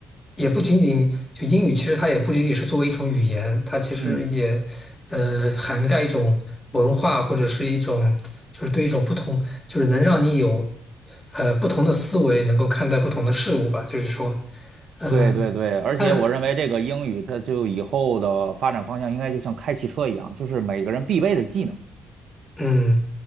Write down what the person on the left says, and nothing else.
也不仅仅就英语，其实它也不仅仅是作为一种语言，它其实也呃涵盖一种文化或者是一种就是对一种不同，
就是能让你有呃不同的思维，能够看待不同的事物吧。就是说，嗯、
呃，看，
嗯。